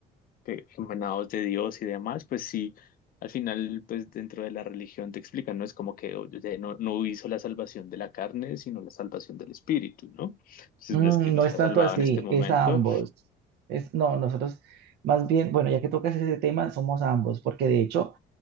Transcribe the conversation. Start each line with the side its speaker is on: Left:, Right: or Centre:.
Left: que- emanados de Dios y demás, pues sí, al final, pues dentro de la religión te explican, ¿no? Es como que oye, no, no hizo la salvación de la carne, sino la salvación del espíritu, ¿no? Entonces,
Right: Mm,
Left: no es que nos
Right: no es
Left: ha
Right: tanto
Left: salvado
Right: así,
Left: en este momento.
Right: es a ambos. Es, no, nosotros más bien, bueno, ya que tocas ese tema, somos ambos, porque de hecho,